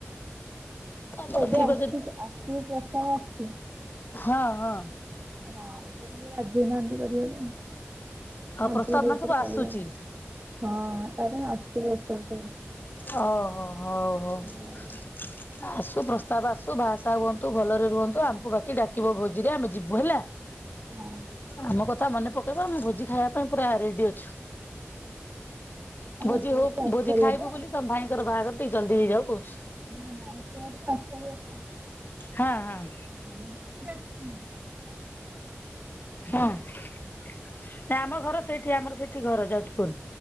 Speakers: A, on the left (about 45°); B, on the right (about 35°).
A: ତମର
B: ଏବେ
A: ଥିବ
B: ଆସୁଚି
A: ଯଦି
B: ଆସୁଚି ବି ପ୍ରସ୍ତାବ ଆସୁଛି।
A: ହଁ ହଁ।
B: ହଁ ଏବେ ଟିକେ ରାଜିହଉନାହାନ୍ତି କରାଇବାକୁ ଆଉ ଆଉ
A: ପ୍ରସ୍ତାବ
B: ଦି ବର୍ଷ
A: ମାନେ ସବୁ
B: ରେ କରିବେ।
A: ଆସୁଛି
B: ହଁ ଆରେ ଆସିବେ <unintelligible> ତୁ।
A: ଓହୋ ହୋ ହଉ ହଉ।
B: ହଁ
A: ଆସୁ ପ୍ରସ୍ତାବ ଆସୁ ବାହା ସାହା ହୁଅନ୍ତୁ। ଭଲରେ ରୁହନ୍ତୁ ଆମକୁ ବାକି ଡାକିବ ଭୋଜିରେ ଆମେ ଯିବୁ ହେଲା।
B: ଆଉ
A: ଆମ କଥା ମନେ ପକେଇବ ଆମ ଭୋଜି ଖାଇବା ପାଇଁ ପୁରା ରେଡି ଅଛୁ। ଭୋଜି
B: ଏତେ
A: ହଉ
B: ବାଟରୁ ଆସିପାରିବ
A: ଭୋଜି ଖାଇବୁ
B: ତ?
A: ବୋଲି ତମ ଭାଇଙ୍କର ବାହାଘର ଟିକେ ଜଲଦି ହେଇଯାଉ କହୁଚୁ।
B: ନା ନା ଏତେ ବାଟ ତ ଆସିପାରିବ ତ?
A: ହଁ ହଁ।
B: ଆମେ ବି ଡାକିନୀ
A: ହଁ ନା ଆମ ଘର ସେ ସେଠି ଆମର ସେଠି ଘର ଯାଜପୁର।